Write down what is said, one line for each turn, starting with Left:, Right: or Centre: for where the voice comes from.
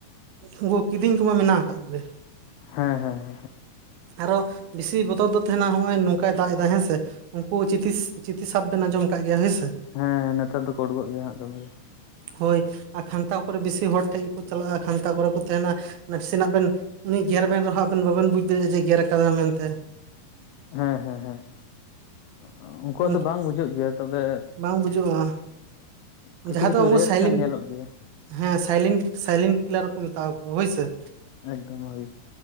Right: ᱩᱱᱠᱩ ᱠᱤᱫᱤᱧ ᱠᱚᱢᱟ ᱢᱮᱱᱟᱜ ᱠᱟᱜ ᱠᱚᱜᱮ᱾
Left: ᱦᱮᱸ ᱦᱮᱸ ᱦᱮᱸ᱾
Right: ᱟᱨᱚ ᱵᱤᱥᱤ ᱵᱚᱛᱚᱨ ᱫᱚ ᱛᱟᱦᱮᱱᱟ ᱦᱚᱸᱜ-ᱚᱸᱭ ᱱᱚᱝᱠᱟᱭ ᱫᱟᱜ ᱮᱫᱟ ᱦᱮᱸ ᱥᱮ᱾ ᱩᱱᱠᱩ ᱪᱤᱛᱤᱥ ᱪᱤᱛᱤ ᱥᱟᱯ ᱵᱮᱱ ᱟᱸᱡᱚᱢ ᱠᱟᱜ ᱜᱮᱭᱟ ᱦᱳᱭ ᱥᱮ᱾
Left: ᱦᱮᱸ ᱱᱮᱛᱟᱨ ᱫᱚ ᱠᱚ ᱚᱰᱚᱠᱚᱜ ᱜᱮᱭᱟ ᱦᱟᱸᱜ ᱫᱚᱢᱮ ᱜᱮ ᱾
Right: ᱦᱳᱭ ᱟᱨ ᱠᱷᱟᱱᱛᱟ ᱠᱚᱨᱮ ᱵᱮᱥᱤ ᱦᱚᱲ ᱴᱷᱮᱡ ᱜᱮᱠᱚ ᱪᱟᱞᱟᱜ-ᱟ ᱠᱷᱟᱱᱛᱟ ᱠᱚᱨᱮ ᱠᱚ ᱛᱟᱦᱮᱱᱟ᱾ ᱱᱟᱥᱮᱱᱟᱜ ᱵᱮᱱ ᱩᱱᱤ ᱜᱮᱨ ᱵᱮᱱ ᱨᱮᱦᱚᱸ ᱟᱵᱮᱱ ᱵᱟᱵᱮᱱ ᱵᱩᱡᱽ ᱫᱟᱲᱮᱭᱟᱜᱼᱟ ᱡᱮ ᱜᱮᱨ ᱠᱟᱫᱟ ᱢᱮᱱᱛᱮ᱾
Left: ᱦᱮᱸ ᱦᱮᱸ ᱦᱮᱸ ᱚᱸᱜ ᱩᱱᱠᱩᱣᱟᱜ
Right: ᱩᱱᱠᱩ
Left: ᱫᱚ ᱵᱟᱝ ᱵᱩᱡᱷᱟᱹᱜ ᱜᱮᱭᱟ ᱛᱚᱵᱮᱼᱼ
Right: ᱵᱟᱝ ᱵᱩᱡᱩᱜᱼᱟ
Left: ᱠᱤᱪᱷᱩ
Right: ᱡᱟᱦᱟᱸ
Left: ᱠᱤᱪᱷᱩ
Right: ᱫᱚ ᱩᱱᱠᱩ
Left: ᱨᱤᱭᱮᱠᱥᱮᱱ
Right: ᱥᱟᱭᱞᱮᱱᱴ
Left: ᱧᱮᱞᱚᱜ ᱜᱮᱭᱟ᱾
Right: ᱦᱮᱸ ᱥᱟᱭᱞᱤᱱ ᱥᱟᱭᱞᱤᱱ ᱠᱤᱞᱟᱨ ᱠᱚ ᱢᱮᱛᱟᱣ ᱠᱚᱣᱟ ᱦᱳᱭ ᱥᱮ᱾
Left: ᱮᱠᱫᱚᱢ ᱳᱭ᱾